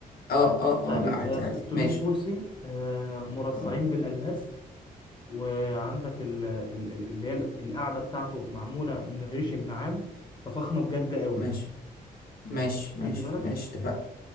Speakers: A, on the left; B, on the left.
A: اه اه
B: طيب
A: اه لا
B: يبقى
A: عادي عادي
B: 600
A: ماشي
B: كرسي آه، مرصعين
A: اه
B: بالالماس وعندك ال- ال- ال- اللي هي القعده بتاعته معموله من الريش النعام ففخمه بجد قوي
A: ماشي ماشي
B: واخد
A: ماشي
B: لي بالك
A: ماشي اتفقنا